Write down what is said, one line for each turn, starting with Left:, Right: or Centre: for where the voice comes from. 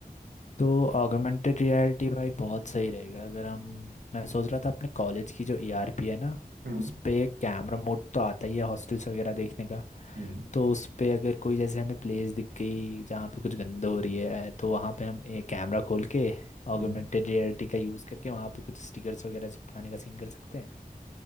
Left: तो ऑगमेंटेड रियलिटी भाई बहुत सही रहेगा अगर हम मैं सोच रहा था अपने कॉलेज की जो ईआरपी है ना
Right: हम्म
Left: उस पे कैमरा मोड तो आता ही है हॉस्टल्स वगैरह देखने का
Right: हम्म
Left: तो उस पे अगर कोई जैसे हमें प्लेस दिख गई जहाँ पे कुछ गंद हो रही है तो वहाँ पे हम एक कैमरा खोल के ऑगमेंटेड
Right: हम्म
Left: रियलिटी का यूज़ करके वहाँ पे कुछ स्टिकर्स वगैरह चिपकाने का सीन कर सकते हैं